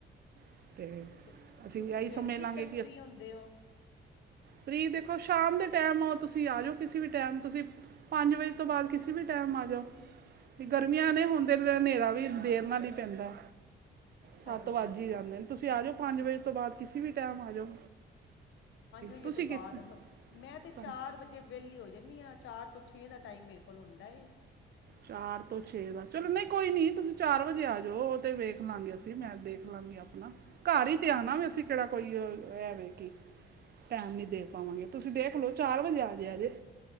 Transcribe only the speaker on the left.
ਤੇ
ਤੁਸੀਂ
ਫਿਰ
ਕਿਸ
ਟਾਈਮ ਫ੍ਰਰੀ ਹੁੰਦੇ ਹੋ?
ਹਾਂਜੀ
ਵਜੇ
ਤੋਂ ਬਾਅਦ,
ਮੈਂ
ਤੇ ਚਾਰ ਚਾਰ ਵਜੇ ਵਿਹਲੀ ਹੋ ਜਾਂਨੀ ਹਾਂ, ਚਾਰ ਤੋਂ ਛੇ ਦਾ ਟਾਈਮ ਮੇਰੇ ਕੋਲ ਹੁੰਦਾ ਏ।